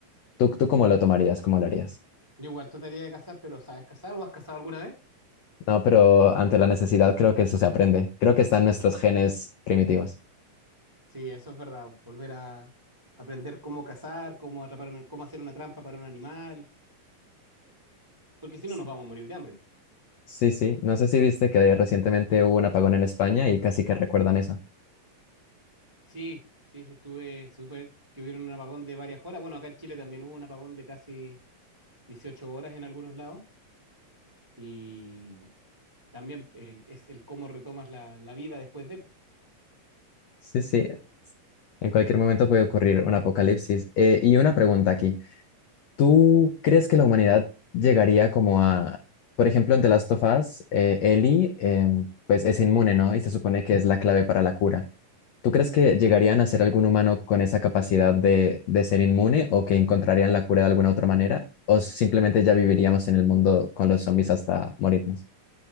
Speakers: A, on the left (about 80°); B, on the right (about 25°).
A: ¿Tú, tú cómo lo tomarías? ¿Cómo lo harías?
B: Yo igual trataría de cazar, pero ¿sabes cazar o has cazado alguna vez?
A: No, pero ante la necesidad creo que eso se aprende. Creo que están nuestros genes primitivos.
B: Sí, eso es verdad. Volver a aprender cómo cazar, cómo atrapar una- cómo hacer una trampa para un animal, porque si
A: S-
B: no nos vamos a morir de hambre.
A: Sí, sí. No sé si viste que recientemente hubo un apagón en España y casi que recuerdan eso.
B: Sí, sí, sí, estuve súper que hubieron un apagón de varias horas. Bueno, acá en Chile también hubo un apagón de casi 18 horas en algunos lados. Y también eh, es el cómo retomas la, la vida después de. po.
A: Sí, sí. En cualquier momento puede ocurrir un apocalipsis. Eh, y una pregunta aquí. ¿Tú crees que la humanidad llegaría como a, por ejemplo, en The Last of Us, eh, Ellie, em, pues es inmune, ¿no? Y se supone que es la clave para la cura. ¿Tú crees que llegarían a ser algún humano con esa capacidad de, de ser inmune o que encontrarían la cura de alguna otra manera? ¿O simplemente ya viviríamos en el mundo con los zombies hasta morirnos?